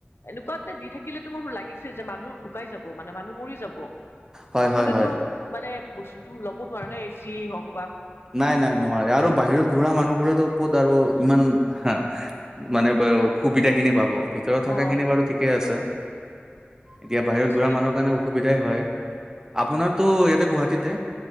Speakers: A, on the left; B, on the right.
A: এনেকুৱাতে দি থা কিলে তো মোৰো লাগিছে যে মানুহ ঢুকাই যাব মানে মানুহ মৰি যাব।
B: হয়
A: সকলোৱো
B: হয় হয়
A: তো মানে বস্তুতো ল'ব নোৱাৰে ন, এচি হওঁক
B: নাই নাই নোৱাৰে আৰু বাহিৰত ঘূৰা মানুহবোৰত ক'ত আৰু ইমান হা মানে বাও সুবিধা খিনি পাব ভিতৰত থকা
A: অ
B: খিনি বাৰু। ঠিকে আছে, এতিয়া বাহিৰত
A: আচৰিত
B: ঘূৰা মানুহৰ কাৰণে সুবিধাই হয়, আপোনাৰতো ইয়াতে গুৱাহাটীতে।